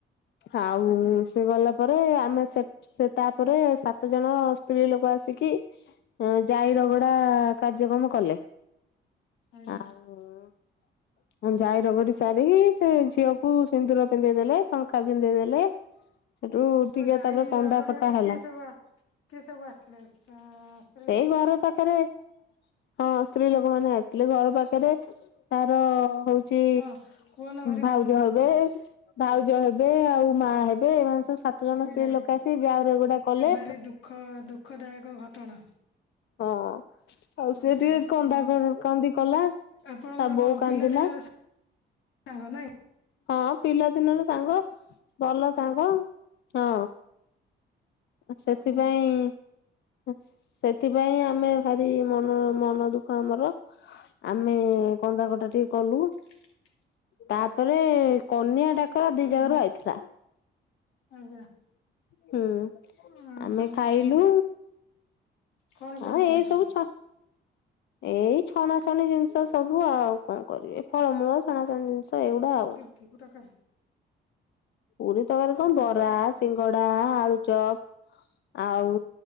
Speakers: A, on the left; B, on the left.
A: ଆଉ
B: ଆଜ୍ଞା
A: ସେ ଗଲା। ତାପରେ ଆମେ ସେଠ ସେଠ ସେ ତାପରେ ସାତ ଜଣ ସ୍ତ୍ରୀ ଲୋକ ଆସିକି ଜାଇ ରଗଡା କାର୍ଯ୍ୟକ୍ରମ କଲେ।
B: ଆଜ୍ଞା।
A: ଆଉ ଯାଇ ରଗଡି ସାରିକି ସେ ଝିଅକୁ ସିନ୍ଦୁର ପିନ୍ଧେଇ ଦେଲେ ଶଙ୍ଖା ପିନ୍ଧେଇ ଦେଲେ। ସେଠୁ
B: ସବୁ
A: ଟିକେ
B: ଜାଇ
A: ତାପରେ କନ୍ଦା
B: ରଗଡିଆକୁ
A: କଟା ହେଲା
B: କିଏ ସବୁ ଆସ କିଏ ସବୁ ଆସିଥିଲେ ସ ସ
A: ସେଇ ଘର ପାଖେରେ। ହଁ ସ୍ତ୍ରୀ ଲୋକମାନେ ଆସିଥିଲେ ଘର ପାଖେରେ ତାର ହଉ ଛି
B: ହଁ କୁହନା ଭାରି
A: ଭାଉଜ
B: ମନ ଦୁଃଖ
A: ହେବେ,
B: ହଉଛି।
A: ଭାଉଜ ହେବେ ଆଉ ମା ହେବେ ଏମାନେ ସବୁ ଛଅ ସାତ ଜଣ
B: ଆଜ୍ଞା
A: ସ୍ତ୍ରୀ
B: ଆଜ୍ଞା
A: ଲୋକ ଆସି ଯାଇ ରଗଡା କଲେ।
B: ଏ ଭାରି ଦୁଃଖ ଦୁଃଖଦାୟକ ଘଟଣା
A: ହଁ ଆଉ
B: ଆଜ୍ଞା
A: ସେ ଟିକେ
B: ଆପଣଙ୍କ
A: କନ୍ଦା କ କନ୍ଦି କଲା।
B: ଆପଣଙ୍କର
A: ତା
B: କଣ
A: ବୋଉ କାନ୍ଦିଲା
B: ପିଲାଦିନର ସାଙ୍ଗ ନାଇଁ।
A: ହଁ ପିଲାଦିନର ସାଙ୍ଗ, ଭଲ ସାଙ୍ଗ, ହଁ। ଆ ସେଥିପାଇଁ
B: ଓହୋ
A: ସେଥିପାଇଁ ଆମେ ଭାରି ମନ, ମନ ଦୁଃଖ ଆମର ଆମେ କନ୍ଦା କଟା ଟିକେ କଲୁ।
B: <inaudible>
A: ତାପରେ କନିଆ ଡାକରା
B: ଆଜ୍ଞା
A: ଦି ଜାଗା ରୁ ଆଇଥିଲା।
B: ଆଜ୍ଞା।
A: ହୁଁ।
B: ଆ
A: ଆମେ
B: ହୋ
A: ଖାଇଲୁ
B: କଣ? କଣ
A: ହଁ
B: କରିଥିଲେ
A: ଏଇ
B: ତମେ
A: ସବୁ ଛ ଏଇ ଛଣାଛଣି ଜିନିଷ ସବୁ ଆଉ କଣ କରିବେ ଫଳମୂଳ ଛଣା ଛଣି ଜିନିଷ। ଏଇଗୁଡା
B: <unintelligible>
A: ଆଉ। ପୁରୀ ତକାର କଣ
B: ତାଙ୍କ
A: ବରା ସିଙ୍ଗଡା ଆଳୁଚ ତ ଆଉ